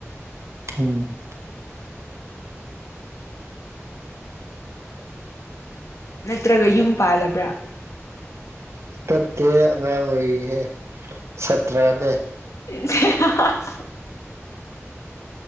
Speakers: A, on the right; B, on the left.
A: ꯍꯨꯡ
B: ꯅꯠꯇ꯭ꯔꯒ ꯌꯨꯝ ꯄꯥꯜꯂꯕ꯭ꯔꯥ
A: ꯆꯠꯇꯦ ꯑꯉꯥꯡ ꯑꯣꯏꯔꯤꯍꯦ ꯁꯥꯇꯔ꯭ ꯅꯦ
B: <inaudible>